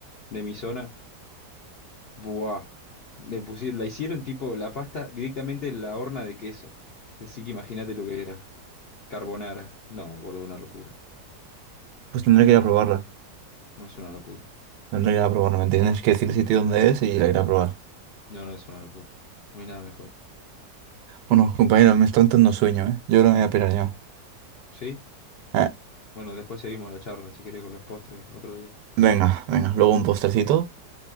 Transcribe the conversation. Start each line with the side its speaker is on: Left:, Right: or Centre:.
Left: de mi zona. Buah. Le pusieron, la hicieron tipo la pasta directamente en la horna de queso. Así que imagínate lo que era. Carbonara. No, boludo, una locura.
Right: pues tendré que ir a probarla.
Left: No es una locura.
Right: Tendré que ir a probarla, ¿me entiendes? Que decir el sitio donde es y la iré a probar.
Left: No, no es una locura. No hay nada mejor.
Right: Bueno, compañeros, me está entrando sueño, ¿eh? Yo creo que me voy a pirar ya.
Left: ¿Sí?
Right: Eh,
Left: Bueno, después seguimos la charla, si querés, con los postres, otro día.
Right: venga, venga, luego un postrecito.